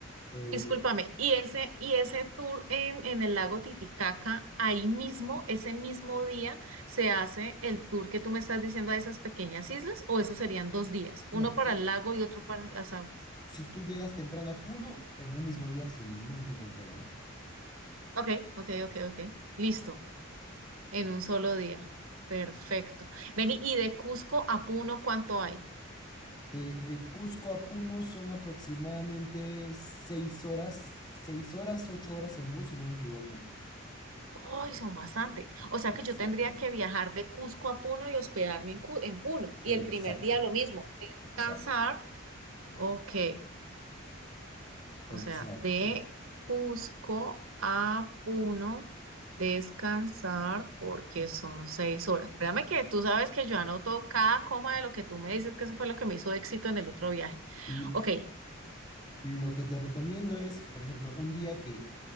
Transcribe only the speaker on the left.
Eh,
no,
eh,
si tú llegas temprano a Puno, en un mismo día sin ningún tipo de problema.
Eh, de Cusco a Puno son aproximadamente seis horas, seis horas, ocho horas en bus, si no me equivoco.
Exacto,
exacto,
exacto,
exacto.
L-
lo que te recomiendo es, por ejemplo, un día que,